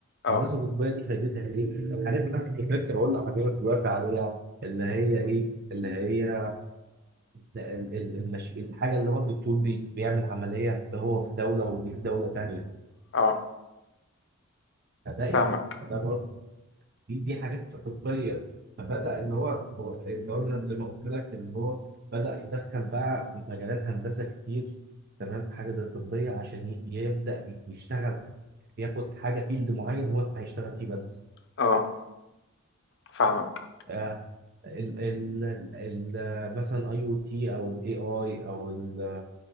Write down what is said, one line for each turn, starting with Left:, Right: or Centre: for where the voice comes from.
Left: اه
Right: الهندسه الطبيه دي فايدتها ايه؟ الحاجات اللي انا كنت لسه بقول لحضرتك دلوقتي عليها اللي هي ايه؟ اللي هي ال- ال- المش... الحاجه اللي هو الدكتور بي... بيعمل عمليه هو في دوله ودي في دوله ثانيه
Left: اه
Right: فده ايه؟
Left: فاهمك
Right: ده برضه دي, دي حاجات طبيه فبدا اللي هو اللي هو زي ما قلت لك اللي هو بدا يدخل بقى مجالات هندسه كتير تمام حاجه زي الطبيه عشان ي- يبدا يشتغل ياخد حاجه فيلد معين هو اللي هيشتغل فيه بس
Left: اه فاهمك
Right: آه، ال ال ال مثلا اي او تي او الاي اي او ال